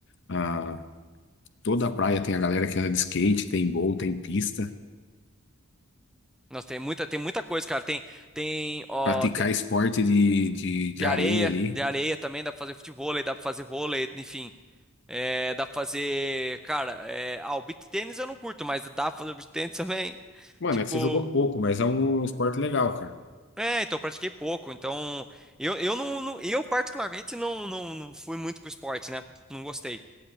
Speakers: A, on the left; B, in the centre.
A: a- toda a praia tem a galera que anda de skate, tem bowl, tem pista.
B: Nossa, tem muita, tem muita coisa, cara. Tem, tem, ó,
A: Praticar
B: tem-
A: esporte de, de,
B: de
A: de areia
B: areia,
A: ali.
B: de areia também dá pra fazer futevôlei, dá pra fazer vôlei, enfim. É, dá pra fazer, cara, é, ah, o beach tênis eu não curto, mas dá pra fazer beach tênis também. <laughs>
A: Mano,
B: Tipo,
A: é que você jogou pouco, mas é um esporte legal, cara.
B: É, então eu pratiquei pouco, então eu, eu não, não- eu particularmente não, não, não fui muito com esporte, né? Não gostei.